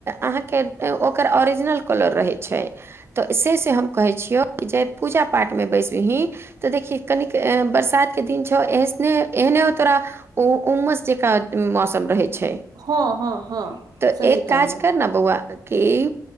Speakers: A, on the right; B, on the right.
A: अहाँके ओकर ओरिजिनल कलर रहैत छै तऽ से से हम कहै छियौ कि जे पूजा पाठमे बैसबही तऽ देखिय कनिक बरसातके दिन छौ एहने एहने तोरा ऊ उमस जकाँ मौसम रहैत छै
B: हँ हँ हँ
A: तऽ
B: सही
A: एक काज
B: कहलौं
A: कर न बौआ की